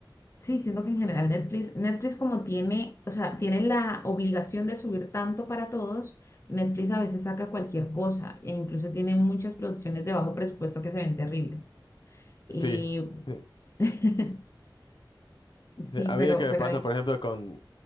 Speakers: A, on the left (about 35°); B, on the left (about 70°).
A: sí, siento que en general Netflix, Netflix como tiene, o sea, tiene la obligación de subir tanto para todos, Netflix a veces saca cualquier cosa e incluso tiene muchas producciones de bajo presupuesto que se ven terribles. Y
B: Sí. <laughs>
A: <laughs> sí,
B: A
A: pero,
B: mí lo que me
A: pero
B: pasa, por ejemplo, con